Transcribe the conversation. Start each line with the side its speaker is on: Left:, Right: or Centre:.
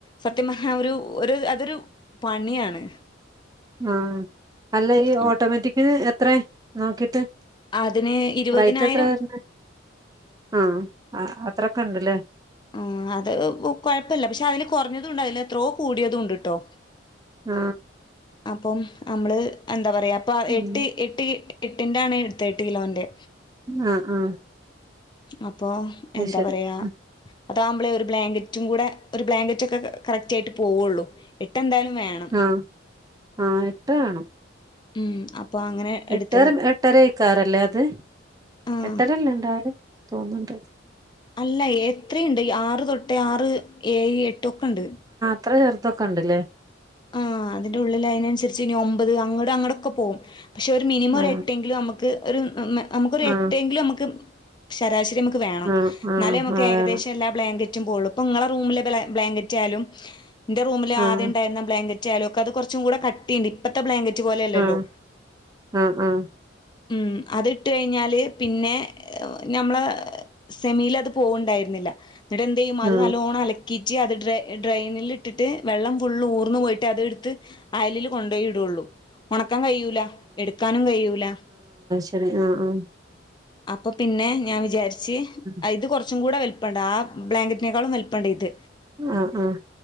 Left: സത്യമഹ ഒരു ഒരു അതൊരു പണിയാണ്
Right: ആ അല്ല ഈ
Left: അപ്
Right: ഓട്ടോമാറ്റിക്ന് എത്ര നോക്കിട്ട്
Left: അതിന് ഇരുവതിനായിരം
Right: റേറ്റ് എത്ര വരുന്നെ ആ അ അത്രൊക്കെണ്ട്ല്ലേ
Left: ആ അത് കൊഴപ്പില്ല പക്ഷെ അതില് കുറഞ്ഞതുംണ്ട അതില് എത്രോ കൂടിയതുംണ്ട്ട്ടോ
Right: ആ
Left: അപ്പം നമ്മള് എന്താ പറയാ അപ്പൊ
Right: ഉം
Left: എട്ട് എട്ട് എട്ടിൻ്റാണ് എടുത്തെ ഏട്ടുകിലോന്റെ
Right: അ ആ
Left: അപ്പൊം
Right: അത്
Left: എന്താ
Right: ശരി
Left: പറയാ
Right: ഉം
Left: അതാവുബ്ലെ ഒരു ബ്ലാങ്കറ്റും കൂടെ ഒരു ബ്ലാങ്കറ്റ് ഒക്കെ <unintelligible> <unintelligible> ആയിട്ട് പോവുള്ളൂ എട്ടെന്തായാലും വേണം
Right: ആ ആ എട്ട് വേണം
Left: ഉം <unintelligible> എടുത്തത്
Right: എട്ടര എട്ടരയിക്കാറല്ലേ അത്
Left: ആഹ്
Right: എട്ടരല്ലേ ഉണ്ടാവല് തോന്ന്ണ്ട്
Left: അല്ല എത്രയുണ്ട് ആറ് തൊട്ടേ ആറ് ഏഴ് എട്ട് ഒക്കെ ഉണ്ട്
Right: എത്ര ചേര്തൊക്കെണ്ട്ല്ലേ
Left: ആ അതിൻ്റെ ഉള്ളിൽ അതിനനുസരിച്ച് ഇനി ഒൻമ്പത് അങ്ങട് അങ്ങോടൊക്കെ പോകും പക്ഷെ ഒരു മിനിമം ഒരെട്ടെങ്കിലും
Right: ആ
Left: നമുക്ക് ഒരു നമുക്കൊരു
Right: ആ
Left: എട്ടെങ്കിലും നമുക്ക് ശരാശരി <unintelligible> വേണം
Right: ആ ആ
Left: എന്നാലും നമുക്ക്
Right: ആ
Left: ഏകദേശം
Right: വേണം
Left: എല്ലാ ബ്ലാങ്കറ്റ് <unintelligible> ഇങ്ങളെ റൂമില് ബ്ലാ ബ്ലാങ്കറ്റ് ആാലും എന്റെ റൂമില്
Right: ആ
Left: ആദ്യം ഉണ്ടായിരുന്ന ബ്ലാങ്കറ്റ് ചെലോക്ക് അത് കുറച്ചുടെ കട്ടിണ്ട് ഇപ്പത്തെ ബ്ലാങ്കറ്റ് പോലെയല്ലല്ലോ
Right: ആഹ ആഹ ആഹ
Left: മം അത് ഇട്ട് കഴിഞ്ഞാല് പിന്നെ ഞമ്മള സെമീലത് പോവണ്ടായിരുന്നില്ല എന്നിടെ എന്ത് ചെയ്യും അത്
Right: ആഹ് ആഹ്
Left: നല്ലോണം <unintelligible> <unintelligible> ഡ്രെനിൽ ഇട്ടിട്ട് വെള്ളം ഫുള് ഊർന്നു പോയിട്ട് <unintelligible> അത്ടെത്ത് അയലില് കൊണ്ടോയി ഇടൂള്ളു <unintelligible> നടക്കാൻ കയൂല എടുക്കാനും കയൂല
Right: <unintelligible> ആഹ ആഹ
Left: അപ്പൊ പിന്നെ ഞാൻ വിജാരിച്ച്
Right: ആഹ്
Left: അയ്ത് കുറച്ചും കൂടെ <unintelligible> <unintelligible> ആ ബ്ലാങ്കറ്റിനേക്കാും <unintelligible> ഇത്
Right: ആഹ് ആഹ്